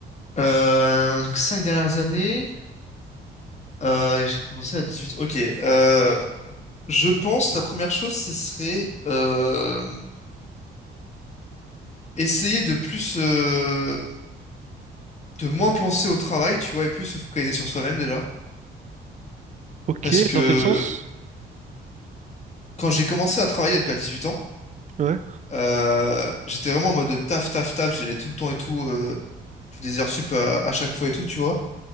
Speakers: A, on the left; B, on the right.
A: Euh, cinq dernières années, euh, j'ai commencé à 18. Ok. Euh, je pense la première chose, ce serait euh, essayer de plus, euh, de moins penser au travail, tu vois, et plus se focaliser sur soi-même déjà.
B: Ok,
A: Parce que
B: dans quel sens?
A: quand j'ai commencé à travailler donc à 18 ans,
B: Ouais.
A: euh, j'étais vraiment en mode taf, taf, taf, j'allais tout le temps et tout, euh, je faisais des heures sup à, à chaque fois et tout, tu vois.